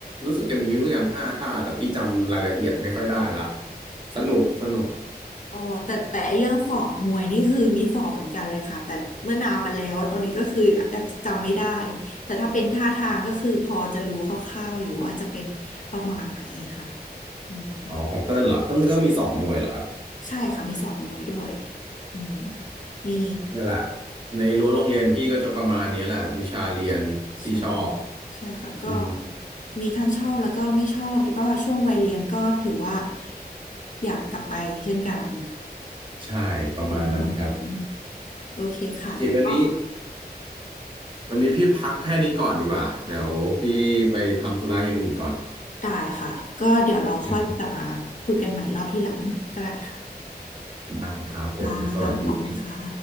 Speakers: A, on the right; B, on the left.
A: รู้สึกจะมีอยู่ด้วยกันห้าท่าแต่พี่จำรายละเอียดไม่ค่อยได้ละสนุกสนุก
B: อ๋อแต่แต่ไอเรื่องสอบมวยนี่คือมีสอบเหมือนกันเลยค่ะแต่เมื่อนานมาแล้วตอนนี้ก็คืออาจจะจำไม่ได้แต่ถ้าเป็นท่าทางก็คือพอจะรู้คร่าวๆอยู่ว่าจะเป็นประมาณไหนค่ะอืม
A: อ๋อของเติ้ลเหรอเติ้ลก็มีสอบมวยเหรอครับ
B: ใช่ค่ะมีสอนมวยด้วยอืมมี
A: เนี่ยแหละในรั้วโรงเรียนพี่ก็จะประมาณนี้แหละวิชาเรียนที่ชอบ
B: ใช่ใช่ค่ะก็
A: อืม
B: มีทั้งชอบแล้วก็ไม่ชอบแล้วก็ช่วงวัยเรียนก็ถือว่าอยากกลับไปเช่นกัน
A: ใช่ประมาณนั้นครับ
B: เป็นความหลังโอเคค่ะเดี๋ยวก็
A: โอเควันนี้วันนี้พี่พักแค่นี้ก่อนดีกว่าเดี๋ยวพี่ไปทำธุระอย่างอื่นก่อน
B: ได้ค่ะก็เดี๋ยวเราค่อยกลับมาคุยกันใหม่รอบที่หลังก็ได้ค่ะ
A: ครับได้ครับผมสวัสดีครับ
B: ค่ะค่ะขอบคุณค่ะ